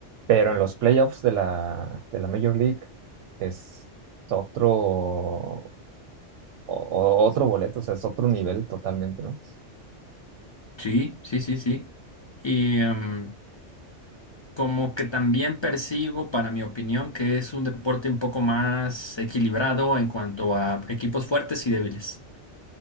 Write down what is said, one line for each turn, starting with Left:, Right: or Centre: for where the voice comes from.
Right: pero en los playoffs de la, de la Major League es otro, o- o- otro boleto, o sea, es otro nivel totalmente, ¿no?
Left: Sí, sí, sí, sí. Y em, como que también percibo, para mi opinión, que es un deporte un poco más equilibrado en cuanto a equipos fuertes y débiles.